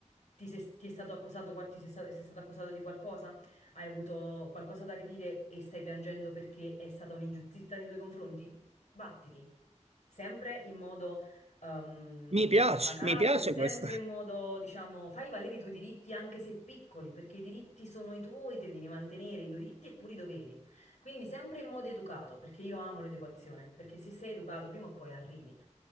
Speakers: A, on the left; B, on the right.
A: Ti, se- ti è stato accusato, qual- ti sei sta- sei stato accusato di qualcosa? Hai avuto qualcosa da ridire e stai piangendo perché è stata un'ingiustizia nei tuoi confronti? Battiti sempre in modo ehm,
B: Mi piace,
A: pacato
B: mi piace
A: e sempre
B: questa.
A: in modo, diciamo, fai valere i tuoi diritti anche se piccoli, perché i diritti sono i tuoi, te li devi mantenere, i diritti e pure i doveri. Quindi sempre in modo educato, perché io amo l'educazione, perché se sei educato prima o poi arrivi.